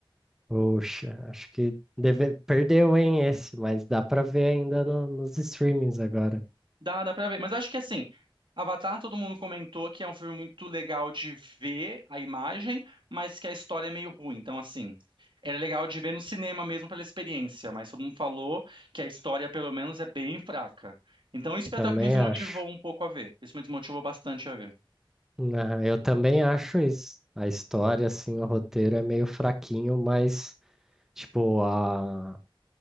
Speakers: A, in the centre; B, on the right (about 65°).
A: Poxa, acho que deve... perdeu, hein, esse, mas dá para ver ainda no- nos streamings agora.
B: Dá, dá pra ver. Mas acho que assim, Avatar, todo mundo comentou que é um filme muito legal de ver a imagem, mas que a história é meio ruim. Então, assim, era legal de ver no cinema mesmo pela experiência, mas todo mundo falou que a história, pelo menos, é bem fraca. Então, isso foi
A: Também
B: até o que me desmotivou
A: acho.
B: um pouco a ver. Isso me desmotivou bastante a ver.
A: Ah, eu também acho isso. A história, assim, o roteiro é meio fraquinho, mas, tipo, a